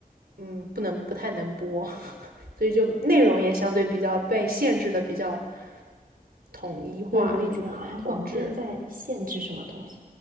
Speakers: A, on the right; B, on the right.
A: 嗯不能不太能播，<laughs> 所以就内容也相对比较被限制的比较统一化，
B: 对，我也觉得好像广电在限制什么东西。
A: 就是同质。